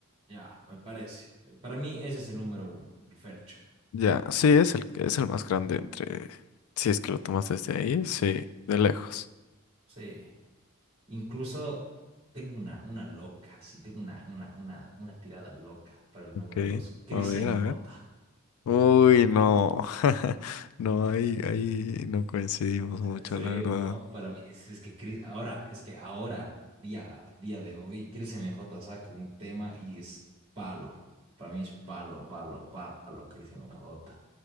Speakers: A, on the right (about 25°); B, on the left (about 75°).
A: ya, me parece. Para mí ese es el número uno, el Fercho.
B: Ya, sí, es el, es el más grande entre, si es que lo tomas desde ahí, sí, de lejos.
A: Sí. Incluso tengo una, una loca, sí, tengo una, una, una, una tirada loca para el
B: Ok,
A: número dos, Cris
B: a ver,
A: M
B: a
A: J.
B: ver. Uy, no, <laughs> no, ahí, ahí no coincidimos mucho,
A: Sí,
B: la verdad.
A: no, para mí es, es que Cris- ahora, es que ahora, día, día de hoy, Chris MJ saca un tema y es palo. Para mí es palo, palo, palo, Chris MJ.